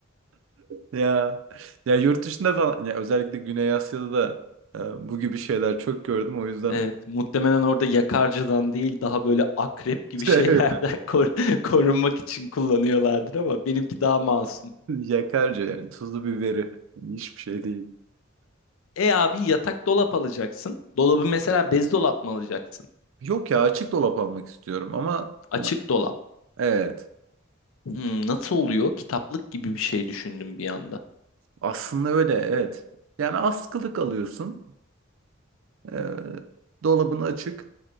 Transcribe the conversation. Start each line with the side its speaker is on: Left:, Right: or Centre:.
Right: Ya ya yurt dışında falan ya özellikle Güney Asya'da da e, bu gibi şeyler çok gördüm. O yüzden
Left: Evet, muhtemelen orada yakarcadan değil daha böyle akrep gibi
Right: <laughs>
Left: şeylerden
Right: Evet.
Left: <laughs> kor- korunmak için kullanıyorlardır ama benimki daha masum.
Right: yakarca yani tuzlu biberi hiçbir şey değil.
Left: E abi yatak dolap alacaksın. Dolabı mesela bez dolap mı alacaksın?
Right: Yok ya açık dolap almak istiyorum ama
Left: Açık
Right: e,
Left: dolap.
Right: evet
Left: Hmm, nasıl oluyor? Kitaplık gibi bir şey düşündüm bir anda.
Right: aslında öyle evet. Yani askılık alıyorsun ee, dolabın açık.